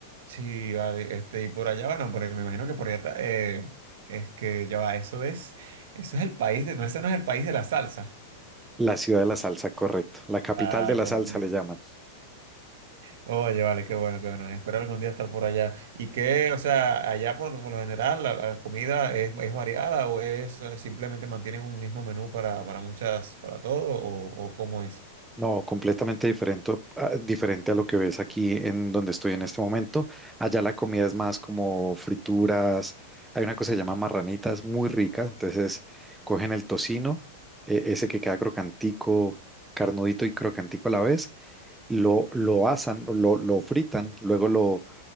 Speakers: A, on the right; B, in the centre.
A: Sí, vale, este, y por allá, bueno, por, me imagino que por allá está, eh, es que ya va, eso es, eso es el país de, no, ese no es el país de la salsa.
B: la ciudad de la salsa, correcto. La capital
A: Ah,
B: de la
A: correcto.
B: salsa le llaman.
A: Oye, vale, qué bueno, qué bueno. Espero algún día estar por allá. Y qué, o sea, allá por, por lo general la, la comida es, es variada o es eh, simplemente mantienen un mismo menú para, para muchas, para todo o, o cómo es.
B: No, completamente diferente, ah, diferente a lo que ves aquí en donde estoy en este momento. Allá la comida es más como frituras. Hay una cosa que se llama marranitas, muy rica. Entonces cogen el tocino, eh, ese que queda crocantico, carnudito y crocantico a la vez, lo, lo asan, lo, lo fritan, luego lo,